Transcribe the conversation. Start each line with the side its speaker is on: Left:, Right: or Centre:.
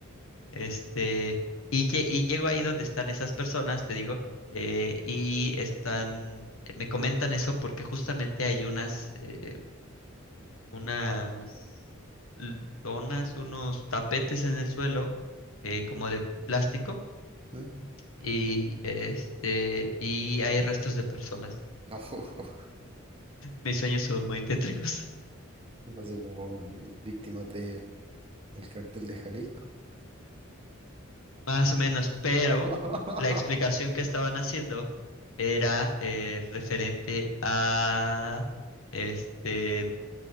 Left: Este, y, lle- y llego ahí donde están esas personas, te digo, eh, y están, me comentan eso porque justamente hay unas, eh, unas l- donas, unos tapetes en el suelo, eh, como de plástico,
Right: ¿Mm?
Left: y este, y hay restos de personas.
Right: <laughs>
Left: mis sueños son muy tétricos,
Right: Me parece como víctimas de el cartel de Jalisco.
Left: <laughs> más o menos, pero
Right: <laughs>
Left: la explicación que estaban haciendo era eh, referente a, este,